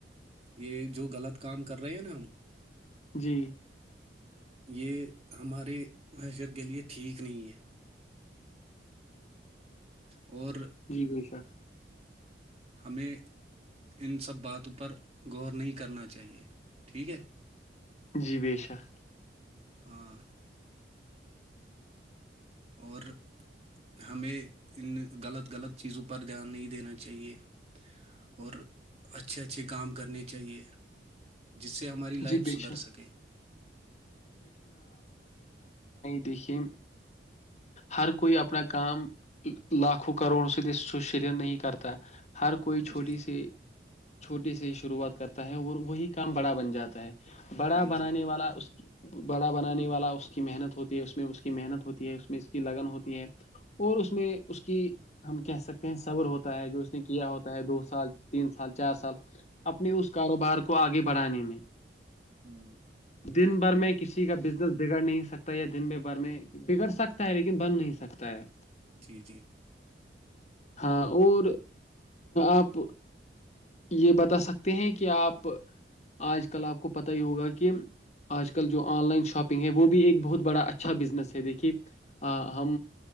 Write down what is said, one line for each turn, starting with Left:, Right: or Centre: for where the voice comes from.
Right: یہ جو غلط کام کر رہے ہیں نا ہم
Left: جی
Right: یہ ہماری حیثیت کے لیے ٹھیک نہیں ہے اور
Left: جی بھائیشا
Right: ہمیں ان سب باتوں پر غور نہیں کرنا چاہیے ٹھیک ہے
Left: جی بے شک
Right: ہاں اور ہمیں ان غلط غلط چیزوں پر دھیان نہیں دینا چاہیے اور اچھے اچھے کام کرنے چاہیے جس سے ہماری لائف
Left: جی بے
Right: سدھر
Left: شک
Right: سکے
Left: دیکھیں ہر کوئی اپنا کام لاکھوں کروڑوں سے نہیں کرتا ہر کوئی چھوٹی
Right: جی
Left: سی چھوٹی سی شروعات کرتا ہے اور وہی کام بڑا بن جاتا ہے بڑا
Right: جی
Left: بنانے
Right: جی
Left: والا اس بڑا بنانے والا اس کی محنت ہوتی ہے اس میں اس کی محنت ہوتی ہے اس میں اس کی لگن ہوتی ہے اور اس میں اس کی ہم کہہ سکتے ہیں صبر ہوتا ہے جو اس نے کیا ہوتا ہے دو سال تین سال چار سال اپنے اس کاروبار کو اگے بڑھانے میں
Right: ہاں
Left: دن بھر میں کسی کا بزنس بگڑ نہیں سکتا یا دن میں بگڑ سکتا ہے لیکن بن نہیں سکتا ہے
Right: جی جی
Left: ہاں اور اپ یہ بتا سکتے ہیں کہ اپ اج کل اپ کو پتہ ہی ہوگا کہ اج کل جو ان لائن شاپنگ ہے وہ بھی ایک بہت بڑا اچھا بزنس ہے دیکھیے ہم